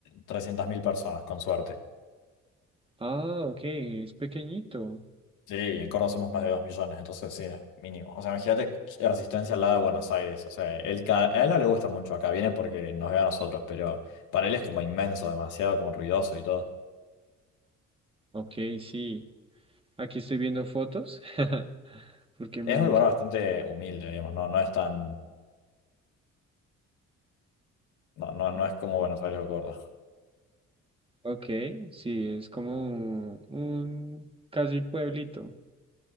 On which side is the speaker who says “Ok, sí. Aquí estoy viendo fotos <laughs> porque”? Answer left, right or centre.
Right